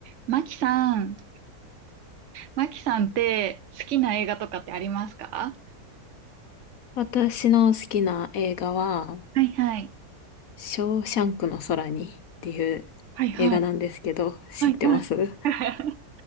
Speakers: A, on the right; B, on the left.
A: マキさん、マキさんって好きな映画とかってありますか
B: 私の好きな映画は、
A: はいはい。
B: ショーシャンクの空にっていう
A: はいはい。
B: 映画なんですけど、知ってます
A: はいはい。
B: <laughs>
A: <laughs>